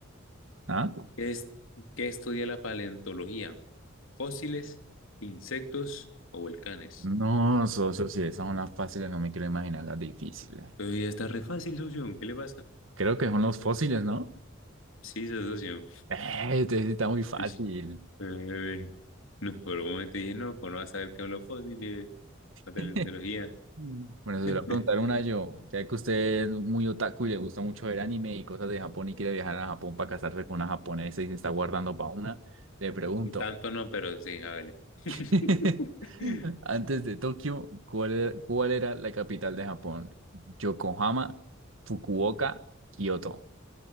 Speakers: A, on the right; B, on the left.
A: ¿Ah?
B: ¿Qué es, qué estudia la paleontología? ¿Fósiles, insectos o volcanes?
A: No, socio, si esas son las fáciles, no me quiero imaginar las difíciles.
B: Pues ya está re fácil, socio. ¿Qué le pasa?
A: Creo que son los fósiles, ¿no?
B: Sí, socio.
A: Eh, este sí está muy fácil.
B: Uish, eh, No, por un momento dije, no, pues no vas a saber qué son los fósiles, la paleontología.
A: <laughs> Bueno, se
B: <laughs>
A: lo voy a preguntar una yo, ya que usted es muy otaku y le gusta mucho ver anime y cosas de Japón y quiere viajar a Japón para casarse con una japonesa y se está guardando para una, le pregunto,
B: Tanto no, pero sí, hágale. <laughs>
A: <laughs> antes de Tokio, ¿cuál era, cuál era la capital de Japón? Yokohama, Fukuoka, Kioto.